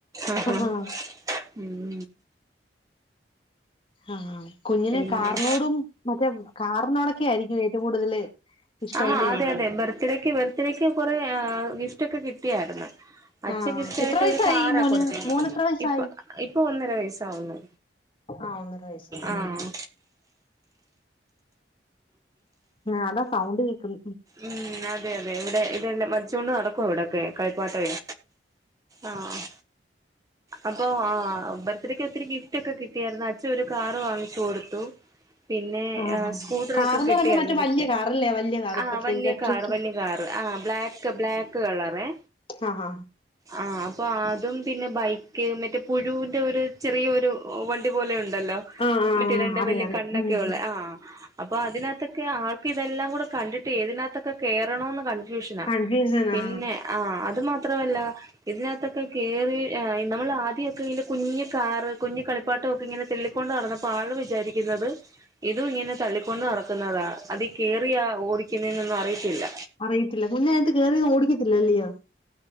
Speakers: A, on the right; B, on the left.
A: ആഹ്ഹാ
B: ആഹാ
A: ഉം
B: ആഹ് കുഞ്ഞിന്
A: പിന്നെ
B: കാറ്നോടും മറ്റേ കാറിനോടൊക് ഒക്ക്യായിരിക്കും ഏറ്റവും കൂടുതല് ഇഷ്ടം
A: ആഹ്
B: ഇല്ലയോ
A: അതെ അതെ ബർത്ത്ഡേക്ക്യ് ബർത്ത്ഡേക്ക്യ് കൊറേ ഏഹ് ഗിഫ്റ്റ് ഒക്കെ കിട്ടിയായിര്ന്നു അച്ഛ
B: ആഹ്
A: ഗിഫ്റ്റ്
B: എത്ര
A: ആയിട്ട്
B: വയസ്സായി
A: ഒരു കാറാ
B: മോന്
A: കൊടുത്തിരിക്കുന്നേ
B: മോന് എത്ര വയസ്സായി
A: ഇപ്പൊ ഇപ്പൊ ഒന്നര വയസാവുന്നു
B: ആഹ് ഒന്നര വയസ്സ് ഉം
A: ആഹ്
B: ആഹ്. അതാ സൗണ്ട് കേക്കും
A: ഉം അതെ അതെ ഇവിടെ ഇതെല്ല പച്വ ള്ള അടക്കൊ അവിടൊക്കെ കളിപ്പാട്ടേയ് ആഹ് അപ്പൊ ആഹ് ബർത്ത്ഡെക്ക് ഒത്തിരി ഗിഫ്റ്റ് ഒക്കെ കിട്ടിയായിരുന്നു അച്ഛ ഒരു കാറ് വാങ്ങിച്ചു കൊടുത്തു പിന്നെ
B: ആഹ്
A: ഹ്
B: ആഹ്
A: സ്കൂട്ട്ര
B: കാർന്ന്
A: ഒക്കെ കിട്ടിയാര്ന്നു
B: പറയുമ്പോ മറ്റേ
A: ഗിഫ്റ്റ്
B: വല്യ കാറല്ലേ വല്യ കാർ
A: ആ
B: ഇപ്പഴത്തെ
A: വല്ല്യ
B: ഇലക്ട്രിക്
A: കാറ് വല്ല്യ കാറ് ആ ബ്ലാക്ക് ബ്ലാക്ക് കളറേ
B: അഹ് ഹാ
A: ആഹ് അപ്പൊ അതും പിന്നെ ബൈക്ക് മറ്റേ പുഴൂന്റെ ഒരു ചെറീയ ഒരു വണ്ടി പോലെ ഉണ്ട് ണ്ടല്ലോ
B: ആഹ് ആഹ്
A: ഇന്നട്ട്
B: ആഹ്
A: രണ്ട്
B: അറിയാം
A: വല്യ
B: അറിയാം
A: കണ്ണൊക്കെ
B: ഉം
A: ഉള്ള് ആഹ് അപ്പൊ അതിനഅത്ത് ക്കെ ആൾക്ക് ഇതെല്ലാം കൂടെ കണ്ടിട്ട് ഏതിനഅത്തൊക്കെ കേറൊണോന്ന് കൺഫ് ഫ്യൂഷ്നാ
B: കൺഫ്യൂഷനാ
A: പിന്നെ ആഹ് അത് മാത്രവല്ല ഇതിനകത്തൊക്കെ കേറി നമ്മള് ഈ ആദ്യമൊക്കെ ഇന്റെ കുഞ്ഞു കാറ് കുഞ്ഞു കളിപ്പാട്ടൊക്കെ ഇങ്ങനെ തെള്ളിക്കൊണ്ട്. നടന്നപ്പോ ആള് വിചാരിക്കുന്നത് ഇതും ഇങ്ങനെ തള്ളിക്കൊണ്ട് നടക്കുന്നതാ അതി കേറിയ ഓടി ക്കുന്നെന്നൊന്നും അറിയത്തില്ല.
B: അറിയിത്തില്ല കുഞ്ഞതിനകത്തു കേറിയിരുന്നു ഓടിക്കത്തില്ലല്ലയോ.